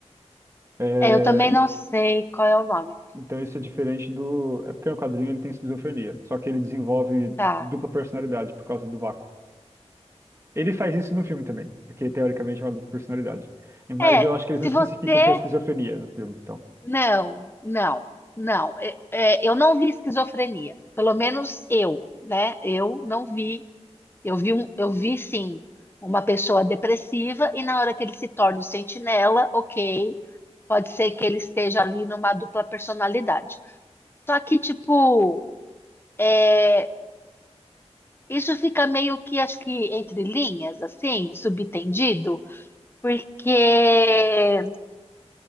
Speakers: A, on the right; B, on the left.
A: É,
B: é, eu também não sei qual é o nome.
A: Então isso é diferente do. É porque no quadrinho ele tem esquizofrenia. Só que ele desenvolve
B: Tá.
A: dupla personalidade por causa do vácuo. Ele faz isso no filme também, porque teoricamente é uma dupla personalidade. Mas
B: É,
A: eu acho que eles
B: se
A: não especificam
B: você.
A: o que é esquizofrenia no filme, então.
B: Não, não, não. É, é, eu não vi esquizofrenia. Pelo menos eu, né? Eu não vi Eu vi, um, eu vi sim uma pessoa depressiva e na hora que ele se torna o sentinela, ok, pode ser que ele esteja ali numa dupla personalidade. Só que, tipo, é, isso fica meio que, acho que entre linhas, assim, subtendido, porque,